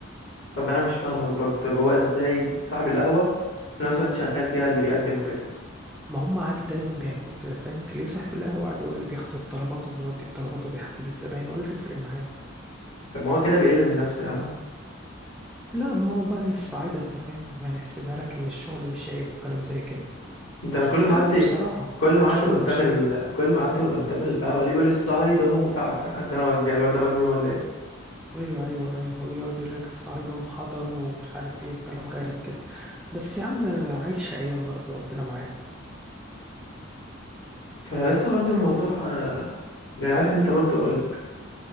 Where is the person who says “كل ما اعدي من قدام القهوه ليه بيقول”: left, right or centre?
Left